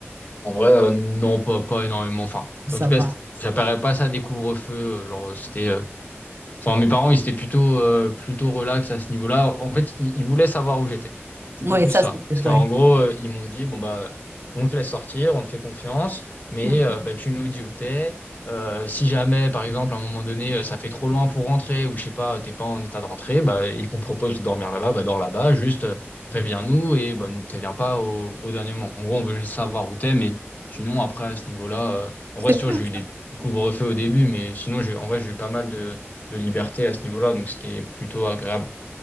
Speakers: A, on the left; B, on the right.
A: en vrai, euh, non, pas, pas énormément. Enfin,
B: ça
A: en tout
B: va.
A: cas, c- j'appellerais pas ça des couvre-feux. euh, Genre, euh, c'était euh, Enfin, mes parents, ils étaient plutôt, euh, plutôt relax à ce niveau-là. En fait, ils, ils voulaient savoir où j'étais. C'était
B: Ouais,
A: plus
B: ça,
A: ça.
B: c'était...
A: Parce
B: Ouais.
A: qu'en gros, euh, ils m'ont dit, bon, bah, on te laisse sortir, on te fait confiance, mais
B: Mhm.
A: euh, bah, tu nous dis où t'es. Euh, si jamais, par exemple, à un moment donné, euh, ça fait trop loin pour rentrer, ou je sais pas, t'es pas en état de rentrer, bah, ils qu'on propose de dormir là-bas, bah, dors là-bas, juste euh, préviens-nous et bah, nous préviens pas au, au dernier moment. En gros, on veut juste savoir où t'es, mais sinon, après, à ce niveau-là, euh, en
B: C'est
A: vrai, c'est
B: bien.
A: sûr, j'ai eu des petits couvre-feux au début, mais sinon, j'ai- en vrai, j'ai eu pas mal de de liberté à ce niveau-là, donc c'était plutôt agréable.